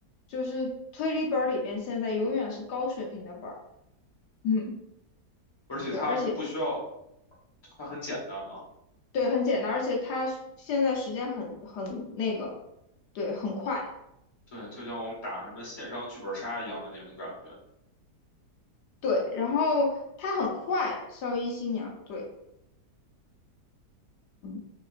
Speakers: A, on the left (about 80°); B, on the left (about 20°).
A: 就是推理本儿里边现在永远是高水平的本儿，嗯，
B: 而且它是不需要，
A: 对，而且
B: 它很简单嘛。
A: 对很简单，而且它现在时间很很那个，对，很快，
B: 对，就像我们打什么线上剧本杀一样的那种感觉。
A: 对，然后它很快，校医新娘，对，嗯。